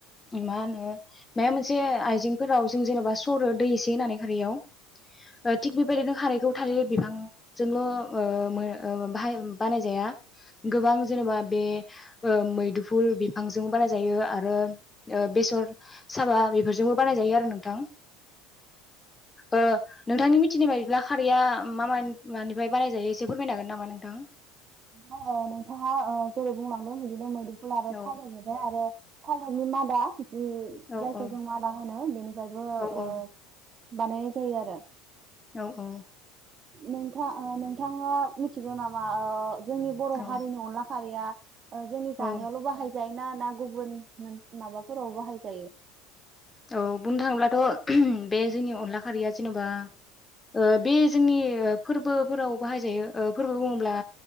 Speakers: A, on the left; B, on the right.
A: मा होनो मा मोनसे आइजेंफोराव जों जेनेबा सरो दै एसे होननानै खारैयाव थिग बेबायदि नों हानायखौ थालिर बिफांजोंल' ओ मो अ बाहाय बानायजाया गोबां जेनेबा बे ओ मैदुफुल बिफांजोंबो बानाय जायो आरो बेसर साबा बेफोरजोंबो बानायजायो आरो नोंथां ओ नोंथांनि मिथिनाय बायदिब्ला खारैया मा मा मानिफ्राय बानायजायो एसे फोरमायनो हागोन नामा नोंथां
B: औ ओम नोंथाङा जेरै बुंलांदों बिदिनो मोनदो आरो
A: औ
B: थाब आरो थालिरनि मादा जि
A: औ
B: जायखौ
A: औ
B: जों मादा होनो बेनिफ्रायबो ओ
A: औ औ
B: बानायनाय जायो आरो।
A: औ औ
B: नोंथा ओ नोंथाङा मिथिगौ नाम मा ओ जोंनि बर'
A: औ
B: हारिनि अनला खारैया ओ जोंनि जानायावल'
A: औ
B: बाहाय जायना ना गुबुन माबाफोराव बाहायजायो?
A: औ बुंनो थाङोब्लाथ' <unintelligible> बे जोंनि अनला खारिया जेन'बा ओ बे जोंनि फोरबोफोराव बाहायजायो ओ फोरबो बुङोब्ला